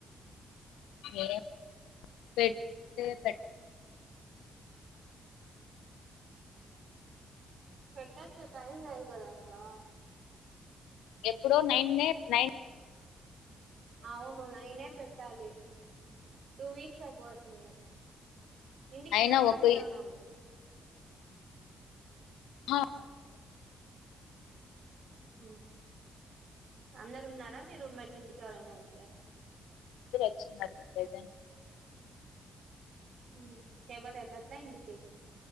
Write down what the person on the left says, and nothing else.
ఏ పెట్ పెట్
ఎప్పుడో నైన్ నైన్
అయినా
ఒక
హ
ఫుడ్ తెచ్చుకో నికి వెల్